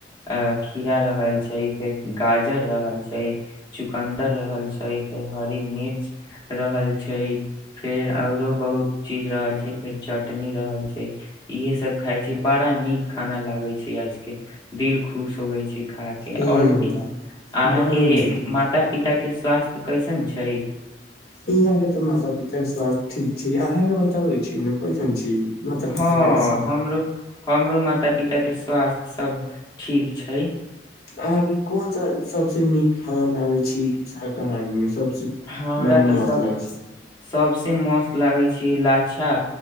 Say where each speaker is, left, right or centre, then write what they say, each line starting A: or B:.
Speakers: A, on the left; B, on the left.
A: आ खीरा रहल छै फेर गाजर रहल छय चुकन्दर रहल छय फेर हरी मीर रहल छय फेर औरो बहुत चीज रहल छै फेर चटनी रहल छै इहे सब खाय छय बड़ा नीक खाना लागे छै आज के दिल खुश होगे छै खा के
B: हम्म
A: और की न अहाँ
B: बड़ा
A: के
B: नीक
A: माता पिता के स्वास्थ्य कैसन छै
B: यहाँ के तऽ माता पिता के स्वास्थ्य ठीक छै अहाँ के बताबे छी न कैसन छी माता
A: हँ
B: पिता के स्वास्थ्य
A: हमरो हमरो माता पिता के स्वास्थ्य सब ठीक छय
B: अहाँके कोन सा सबसे नीक खाना लागैत छय शाकाहारी मे सबसे
A: हमरा
B: मने
A: तऽ
B: मस्त
A: सं
B: लागै छै
A: सबसे मस्त लागय छै इ लच्छा